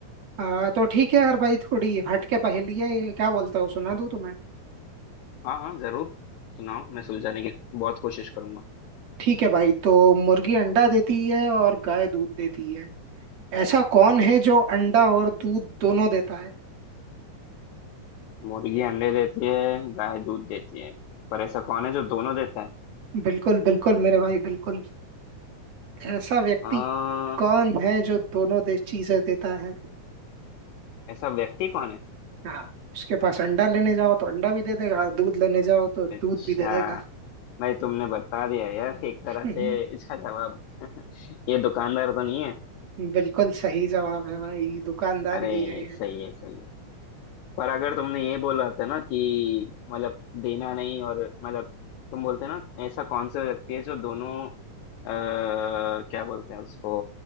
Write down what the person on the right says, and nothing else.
आ, तो ठीक है यार भाई थोड़ी हट के पहेली है ये, क्या बोलता हूँ सुना दूँ तुम्हें
ठीक है भाई तो मुर्गी अंडा देती है और गाय दूध देती है ऐसा कौन है जो अंडा और दूध दोनों देता है
बिल्कुल बिल्कुल मेरे भाई बिल्कुल ऐसा व्यक्ति
कौन है जो दोनों दे चीजें देता है
हाँ उसके पास अंडा लेने जाओ तो अंडा भी दे देगा दूध लेने जाओ तो दूध
भी दे देगा
हम्म,
बिल्कुल सही जवाब है भाई दुकानदार
ही है ये।